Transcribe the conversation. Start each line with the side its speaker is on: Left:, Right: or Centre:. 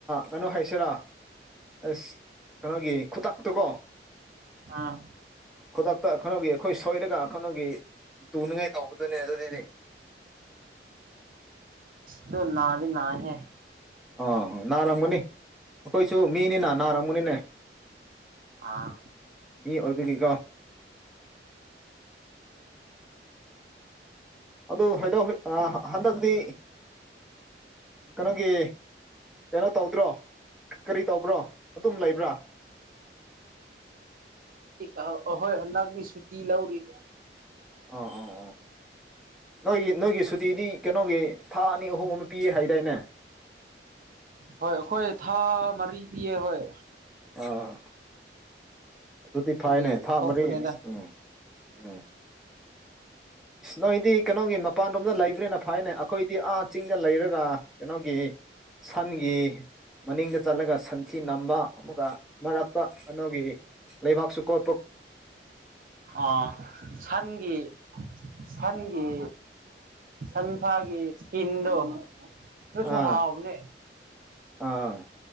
Centre: ꯀꯩꯅꯣ ꯍꯥꯏꯁꯤꯔꯥ ꯑꯁ ꯀꯩꯅꯣꯒꯤ ꯈꯨꯇꯛꯇꯨ ꯀꯣ
Right: ꯑꯥ
Centre: ꯈꯨꯗꯛꯇ ꯀꯩꯅꯣꯒꯤ ꯑꯩꯈꯣꯏ ꯁꯣꯏꯔꯒ ꯀꯩꯅꯣꯒꯤ ꯇꯨꯅꯤꯉꯥꯏ ꯇꯧꯕꯗꯨꯅꯦ ꯑꯗꯨꯗꯤ
Right: ꯑꯗꯣ ꯅꯗꯤ ꯅꯥꯏꯍꯦ
Centre: ꯑꯥ ꯅꯥꯔꯝꯒꯅꯤ ꯑꯩꯈꯣꯏꯁꯨ ꯃꯤꯅꯤꯅ ꯅꯥꯔꯝꯒꯅꯤꯅꯦ
Right: ꯑꯥ
Centre: ꯃꯤ ꯑꯣꯏꯕꯒꯤꯀꯣ ꯑꯗꯨ ꯍꯥꯏꯗꯥꯎ ꯍꯟꯗꯛꯇꯤ ꯀꯩꯅꯣꯒꯤ ꯀꯩꯅꯣ ꯇꯧꯗ꯭ꯔꯣ ꯀꯔꯤ ꯇꯧꯕ꯭ꯔꯣ ꯑꯗꯨꯝ ꯂꯩꯕ꯭ꯔꯥ
Right: ꯑꯥ ꯑꯍꯣꯏ ꯍꯟꯗꯛꯀꯤ ꯁꯨꯇꯤ ꯂꯧꯔꯤ
Centre: ꯑꯥ ꯑꯥ ꯑꯥ ꯅꯣꯏꯒꯤ ꯅꯣꯏꯒꯤ ꯁꯨꯇꯤꯗꯤ ꯀꯩꯅꯣꯒꯤ ꯊꯥ ꯑꯅꯤ ꯑꯍꯨꯝ ꯑꯃ ꯄꯤꯌꯦ ꯍꯥꯏꯗꯥꯏꯅꯦ
Right: ꯍꯣꯏ ꯑꯩꯈꯣꯏ ꯊꯥ ꯃꯔꯤ ꯄꯤꯌꯦ ꯍꯣꯏ
Centre: ꯑꯥ ꯑꯗꯨꯗꯤ
Right: ꯑꯗꯨꯒꯤ
Centre: ꯐꯥꯏꯅꯦ ꯊꯥ
Right: ꯊꯣꯛꯄꯅꯤꯗ
Centre: ꯃꯔꯤ ꯎꯝ ꯎꯝ ꯏꯁ ꯅꯣꯏꯗꯤ ꯀꯩꯅꯣꯒꯤ ꯃꯄꯥꯟꯂꯣꯝꯗ ꯂꯩꯕꯅꯦꯅ ꯐꯥꯏꯅꯦ ꯑꯩꯈꯣꯏꯗꯤ ꯑꯥ ꯆꯤꯡꯗ ꯂꯩꯔꯒ ꯀꯩꯅꯣꯒꯤ ꯁꯟꯒꯤ ꯃꯅꯤꯡꯗ ꯆꯠꯂꯒ ꯁꯟꯊꯤ ꯅꯝꯕ ꯑꯃꯒ ꯃꯔꯛꯇ ꯀꯩꯅꯣꯒꯤ ꯂꯩꯕꯥꯛꯁꯨ ꯀꯣ
Right: ꯑꯥ ꯁꯟꯒꯤ ꯁꯟꯒꯤ ꯁꯟꯁꯥꯒꯤ ꯏꯁꯀꯤꯟꯗꯣ ꯗꯨꯁꯨ
Centre: ꯑꯥ
Right: ꯍꯥꯥꯎꯕꯅꯦ
Centre: ꯑꯥ